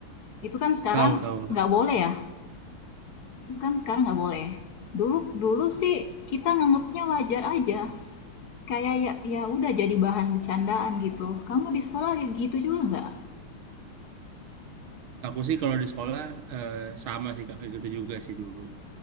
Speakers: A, on the left (about 60°); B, on the right (about 75°).
A: itu kan sekarang
B: tahu tahu kan
A: nggak boleh ya kan sekarang nggak boleh dulu dulu sih kita nganggapnya wajar aja kayak ya ya udah jadi bahan bercandaan gitu kamu di sekolah gitu juga nggak
B: aku sih kalau di sekolah eh, sama sih Kak, kayak gitu juga sih dulu